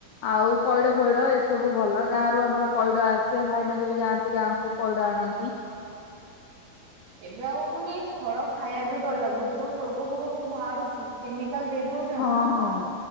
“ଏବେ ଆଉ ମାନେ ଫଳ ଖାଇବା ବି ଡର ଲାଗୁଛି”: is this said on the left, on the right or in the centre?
Right